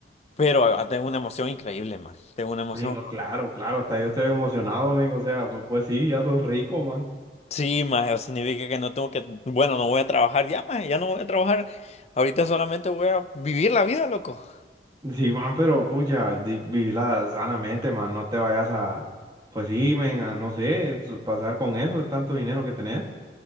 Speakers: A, on the left; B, on the right.
A: Pero ah, tengo una emoción increíble, man. Tengo una emoción.
B: men, oh, claro, claro, hasta yo estoy emocionado, men. O sea, pu- pues, sí, ya sos rico, man.
A: Sí, maje, o significa que no tengo que, bueno, no voy a trabajar ya, maje, ya no voy a trabajar. Ahorita solamente voy a vivir la vida, loco. <laughs>
B: Sí, man, pero, pucha, di- vivila sanamente, man. No te vayas a, pues sí, men, a, no sé, su- pasar con eso, tanto dinero que tenés.